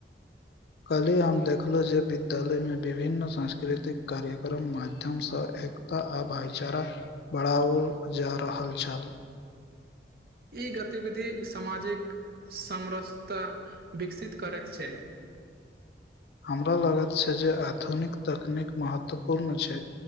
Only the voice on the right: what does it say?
ई गतिविधि सामाजिक समरसता विकसित करैत छै